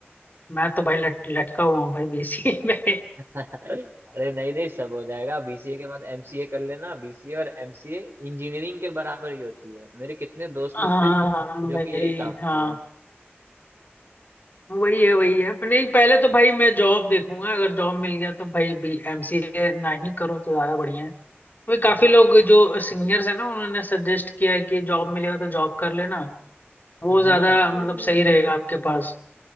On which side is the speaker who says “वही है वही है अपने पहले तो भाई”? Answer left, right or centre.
Left